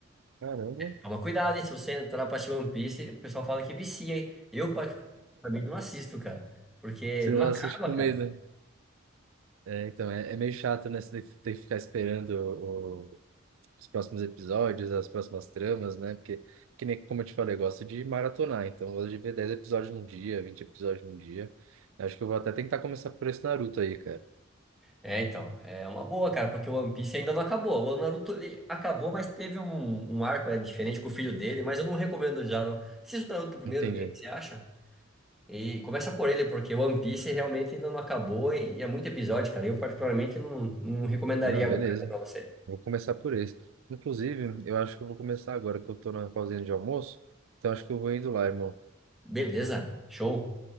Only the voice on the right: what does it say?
caramba.
Você
não
assiste com
medo. É, então, é, é meio chato, né? Você ter ter que ficar esperando os próximos episódios, as próximas tramas, né? Porque, que nem, como eu te falei, eu gosto de maratonar, então eu gosto de ver 10 episódios num dia, 20 episódios num dia. Acho que eu vou até tentar começar por esse Naruto aí, cara.
Entendi.
Não, beleza.
Vou começar por esse. Inclusive, eu acho que eu vou começar agora que eu tô na pausinha de almoço, então acho que eu vou indo lá, irmão.